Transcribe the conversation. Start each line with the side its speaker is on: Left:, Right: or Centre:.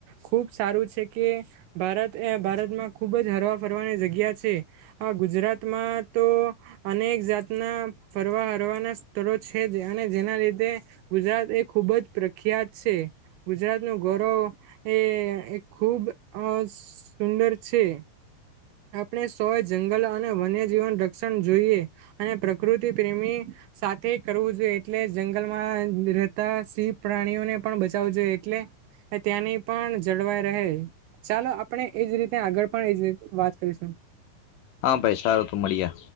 Right: ખૂબ સારું છે કે ભારત એ ભારતમાં ખૂબ જ હરવા ફરવાની જગ્યા છે આ ગુજરાતમાં તો અનેક જાતના ફરવા હરવાના સ્થળ છે અને જેના લીધે ગુજરાત તે ખુબ જ પ્રખ્યાત છે ગુજરાત નું ગરવ એ ખુબ સુંદર છે આપણે સોય જંગલ અને વન્ય જીવન રક્ષણ જોઈએ અને પ્રકૃતિ પ્રેમી સાથે કરવું જોઈએ એટલે જંગલમાં રહેતા શિવિવ પ્રાણીઓને પણ બચાવું જોઈએ એટલે ત્યાંની પણ જળવાઈ રહે ચાલો આપણે એજ રીતે આગળ પણ એજ વાત <inaudible>
Left: હા ભાઈ સારો તો મળી જ